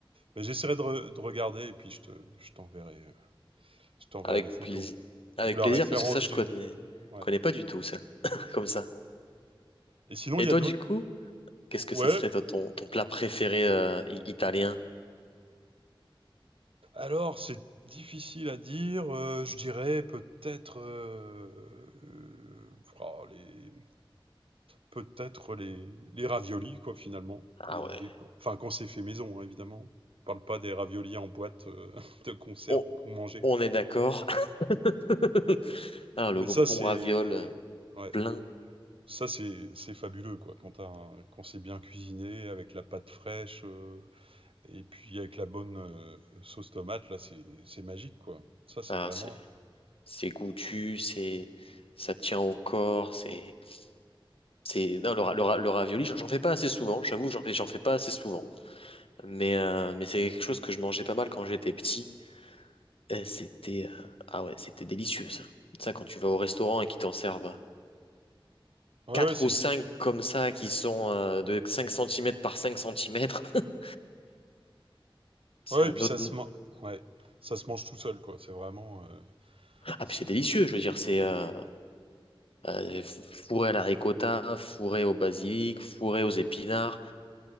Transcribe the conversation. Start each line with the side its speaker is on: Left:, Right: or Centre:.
Right: mais j'essaierai de, re- de regarder et puis je te je t'enverrai euh, je t'enverrai
Left: avec
Right: les photos
Left: plaisir. Avec
Right: ou la
Left: plaisir
Right: référence
Left: parce que ça je
Right: du.
Left: connais
Right: Ouais.
Left: connais pas du tout ça. <laughs> Comme ça.
Right: Et sinon
Left: Et
Right: il y
Left: toi
Right: a d'autres.
Left: du coup, qu'est-ce que
Right: Ouais.
Left: ça serait toi, ton, ton plat préféré euh, i- italien?
Right: Alors c'est difficile à dire. euh, je dirais peut-être euh, euh, oh, les Peut-être les les raviolis quoi, finalement.
Left: Ah
Right: Il y a des
Left: ouais.
Right: des enfin quand c'est fait maison, hein, évidemment. Je parle pas des raviolis en boîte, heu, <laughs> de conserve
Left: On,
Right: qu'on mangeait.
Left: on est d'accord. <laughs> Ah, le
Right: Mais
Left: bon
Right: ça, c'est
Left: raviol euh,
Right: ouais,
Left: plein.
Right: ça, c'est c'est fabuleux, quoi, quand tu un quand c'est bien cuisiné avec la pâte fraîche, heu, et puis avec la bonne, heu, sauce tomate, là, c'est c'est magique, quoi. Ça, c'est
Left: Ah,
Right: vraiment
Left: c'est c'est goûtu, c'est ça tient au corps, c'est c'est non le, ra- le, ra- le ravioli, j'en j'en fais pas assez souvent, j'avoue, j'en fais j'en fais pas assez souvent, mais euh, mais c'est quelque chose que je mangeais pas mal quand j'étais petit. Et C'était euh, ah ouais, c'était délicieux ça. Ça quand tu vas au restaurant et qu'ils t'en servent
Right: ah ouais,
Left: quatre
Right: ouais, c'est
Left: ou cinq comme ça qui sont euh, de 5 centimètres par 5 centimètres. <laughs> c'est
Right: ouais
Left: un
Right: et puis
Left: autre.
Right: ça se mange ouais, ça se mange tout seul, quoi. C'est vraiment, heu,
Left: Ah,
Right: c'est
Left: puis c'est délicieux, je veux dire, c'est euh,
Right: mmh.
Left: euh, fourré à la ricotta, fourré au basilic, fourré aux épinards,